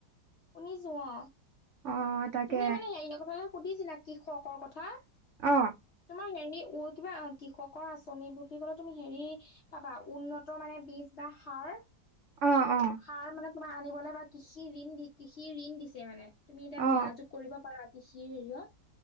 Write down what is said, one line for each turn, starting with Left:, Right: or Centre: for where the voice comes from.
Left: শুনিছো অ
Right: অ তাকে
Left: তুমি মানে হেৰিয় কথাালৈ সুধিছিলা কি খকৰ কথা!
Right: অ।
Left: তোমাৰ হেৰি কিবা কৃষকৰ আঁচনি বুলি কলে তুমি হেৰি! পাবা উন্নত মানে বীজ বা সাৰ।
Right: অ অ।
Left: সাৰ মানে তোমাৰ আনিবলৈ বা কৃষি ঋণ দি কৃষি ঋণ দিছে মানে তুমি ততিাত
Right: অ
Left: যোগাযোগ কৰিব পাৰা। কৃষিৰ হেৰিয়ত!